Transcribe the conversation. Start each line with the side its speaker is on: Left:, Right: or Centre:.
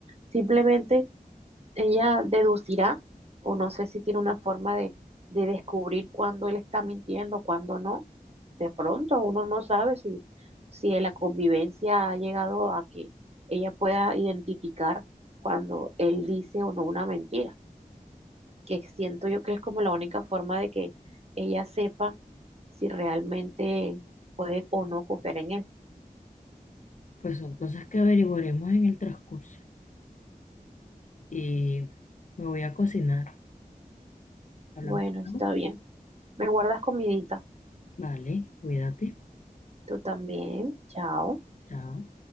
Right: simplemente ella deducirá, o no sé si tiene una forma de, de descubrir cuándo él está mintiendo, cuándo no. De pronto uno no sabe si, si en la convivencia ha llegado a que ella pueda identificar cuando él dice o no una mentira, que siento yo que es como la única forma de que ella sepa si realmente puede o no confiar en él.
Left: Pues son cosas que averiguaremos en el transcurso. Y me voy a cocinar. Hablamos.
Right: Bueno, está
Left: ¿no?
Right: bien. Me guardas comidita.
Left: Vale, cuídate.
Right: Tú también. Chao.
Left: Chao.